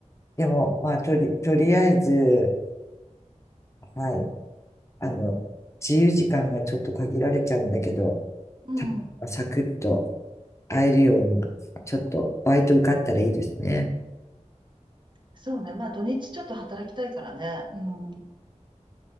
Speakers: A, on the left (about 20°); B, on the right (about 40°).
A: でも、まあ、とり、とりあえず、はい、あの、自由時間がちょっと限られちゃうんだけど、
B: うん。
A: たサクッと会えるように、ちょっとバイト受かったらいいですね。
B: そうね。まあ土日ちょっと働きたいからね。うん。